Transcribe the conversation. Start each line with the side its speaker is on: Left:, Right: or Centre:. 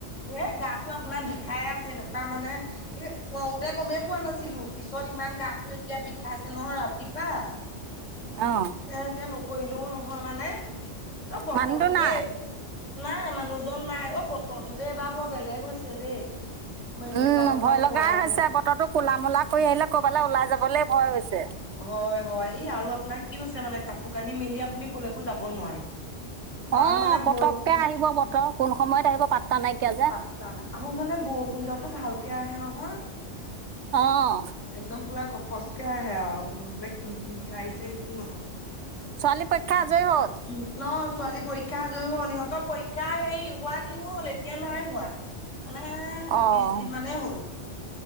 Left: এ গাতটো আপোনাৰ বিষাই আছে এনেকুৱা মানে এ পওঁতে গমেই পোৱা নাছিলোঁ। পিছত ইমান গাটো এতিয়া বিষাইছে নহয় ৰাতিপুৱা।
Right: অ
Left: এ এতিয়া নকৰিলেও নহয় মানে অ' বতৰটো
Right: মানুহটো নাই?
Left: যে নাই মানুহজন নাই। অ' বতৰটো যে এবাৰ বৰ বেলেগ হৈছে দেই। মই এনেকুৱা
Right: উম
Left: বতৰ
Right: ভয়
Left: পোৱাই
Right: লগাই হৈছে।
Left: নাই
Right: বতৰটো কোলা মোলা কৰি আহিলে ক'বালে ওলাই যাবলে ভয় হৈছে।
Left: হয় হয় এই আৰু আপোনাৰ কি হৈছে মানে কাপোৰ কানি মেলি আপুনি ক'লে একো যাব নোৱাৰে কাৰণ
Right: অ
Left: মানে
Right: পতককে
Left: বৰষুণ
Right: আহিব বতৰ কোন সময়ত আহিব পাত্তা নাইকিয়া যে
Left: পাত্তা নাই আহো মানে বৰষুণজাকো ভালকে আহে নহয়।
Right: অঁ
Left: একদম পুৰা গপচকে আহে আও বোলে কিন কিনকে আহিছে হেটোও নহয়।
Right: ছোৱালী পইক্ষা আজই হ'ল।
Left: উম ন ছোৱালী পৰীক্ষা আজয়ী হ'ল। ইহঁতৰ পৰীক্ষা হেৰি হোৱা দিন হ'ল। এতিয়া নাই হোৱা। মানে
Right: অঁ
Left: বিছ দিন মানে হ'ল।